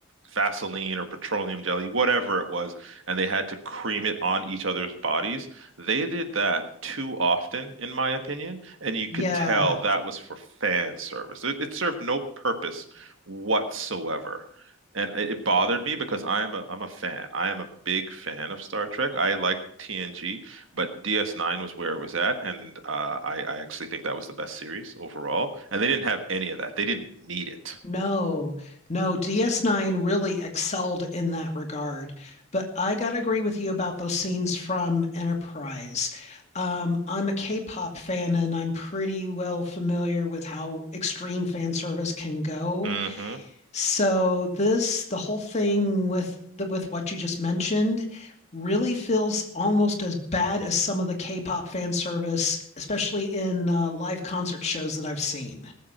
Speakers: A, on the right; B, on the left.
A: Vaseline or petroleum jelly, whatever it was, and they had to cream it on each other's bodies. They did that too often, in my opinion, and you could
B: Yeah.
A: tell that was for fan service. It, it served no purpose whatsoever. And it it bothered me because I am a I'm a fan. I am a big fan of Star Trek. I like TNG, but DS9 was where it was at, and uh, I I actually think that was the best series overall. And they didn't have any of that. They didn't need it.
B: No, no, DS9 really excelled in that regard. But I gotta agree with you about those scenes from Enterprise. Um, I'm a K-pop fan and I'm pretty well familiar with how extreme fan service can go.
A: hmm
B: So this, the whole thing with the, with what you just mentioned, really feels almost as bad as some of the K-pop fan service, especially in uh, live concert shows that I've seen.